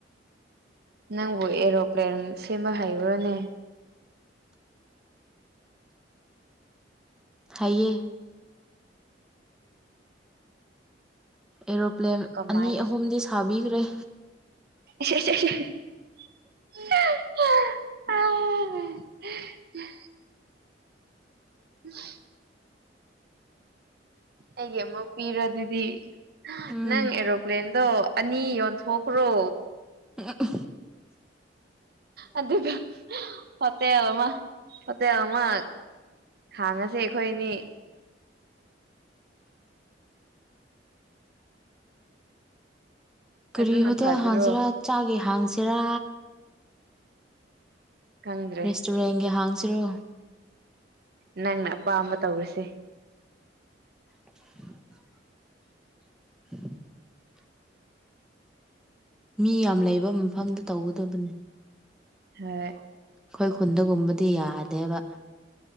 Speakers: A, on the right (about 60°); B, in the centre.
A: ꯅꯪꯕꯨ ꯑꯦꯔꯣꯄ꯭ꯂꯦꯟ ꯁꯦꯝꯕ ꯍꯩꯕꯔꯣꯅꯦ
B: ꯍꯩꯌꯦ ꯑꯦꯔꯣꯄ꯭ꯂꯦꯟ
A: ꯀꯃꯥꯏꯅ
B: ꯑꯅꯤ ꯑꯍꯨꯝꯗꯤ ꯁꯥꯕꯤꯈ꯭ꯔꯦ
A: <unintelligible> <unintelligible> ꯎꯝ ꯑꯩꯒꯤ ꯑꯃꯨꯛ ꯄꯤꯔꯣ ꯑꯗꯨꯗꯤ
B: ꯎꯝ
A: ꯅꯪ ꯑꯦꯔꯣꯄ꯭ꯂꯦꯟ ꯑꯗꯣ ꯑꯅꯤ ꯌꯣꯟꯊꯣꯛꯈ꯭ꯔꯣ
B: ꯎ
A: ꯑꯗꯨ ꯐꯠꯇꯦꯕ ꯑꯃ ꯐꯠꯇꯦꯕꯃ ꯍꯥꯡꯉꯁꯦ ꯑꯩꯈꯣꯏꯅꯤ
B: ꯀꯔꯤ
A: ꯑꯗꯨꯅ
B: ꯍꯣꯇꯦꯜ
A: ꯐꯗ꯭ꯔꯣ
B: ꯍꯥꯡꯁꯤꯔꯥ ꯆꯥꯒꯦ ꯍꯥꯡꯁꯤꯔꯥ
A: ꯈꯪꯗ꯭ꯔꯦ
B: ꯔꯦꯁꯇꯨꯔꯦꯟꯒꯤ ꯍꯥꯡꯁꯤꯔꯣ
A: ꯅꯪꯅ ꯑꯄꯥꯝꯕ ꯇꯧꯔꯤꯨꯁꯦ
B: <unintelligible> <unintelligible> ꯃꯤ ꯌꯥꯝ ꯂꯩꯕ ꯃꯐꯝꯗ ꯇꯧꯒꯗꯕꯅꯦ
A: ꯑ
B: ꯑꯩꯈꯣꯏ ꯈꯨꯟꯗꯒꯨꯝꯕꯗꯤ ꯌꯥꯗꯦꯕ